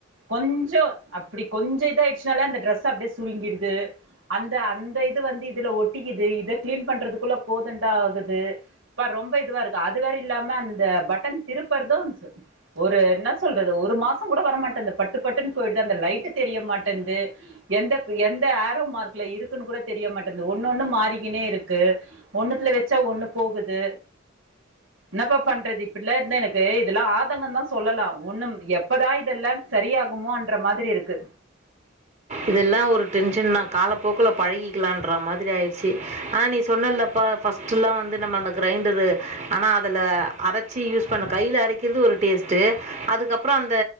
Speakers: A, on the right; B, on the right.
A: கொஞ்சோ அப்படி கொஞ்சோ இத ஆயிடுச்சனாலே அந்த டரெஸ் அப்படியே சுருங்கிடுது அந்த அந்த இது வந்து இதுல ஒட்டிக்குது இத கிளீன் பண்றதுக் குல போதுண்டா ஆகுது பார் ரொம்ப இதுவா இருக்கு அது வேற இல்லாம அந்த பட்டன் திருப்பறதும் ஒரு என்ன சொல்றது ஒரு மாசம் கூட வரமாட்டேது பட்டு பட்டுன்னு போயிடுது அந்த லைட்டு தெரிய மாட்டேன்து எந்த எந்த ஆரோ மார்க்கல இருக்குன்னு கூட தெரிய மாட்டேன்து ஒன்னு ஒன்னு மாறிக்கினே இருக்கு ஒண்ணுத்துல வச்சா ஒண்ணு போகுது என்னப்பா பண்றது இப்படில இருந்த எனக்கு இதெல்லாம் ஆதங்கம் தா சொல்லலாம் ஒண்ணு எப்பதா இதெல்லாம் சரியாகுமோன்ற மாதிரி இருக்கு
B: இதெல்லா ஒரு டென்ஷன் தா காலப்போக்கல பழகிக்கலான்ற மாதிரி ஆயிடுச்சு ஆனா நீ சொன்னலப்பா ஃபர்ஸ்ட்ல்லாம் வந்து நம்ம அந்த கிரைண்டரு ஆனா அதல அரைச்சி யூஸ் பண்ண கைல அரைக்கிறது ஒரு டேஸ்ட்டு அதுக்கப்புறம் அந்த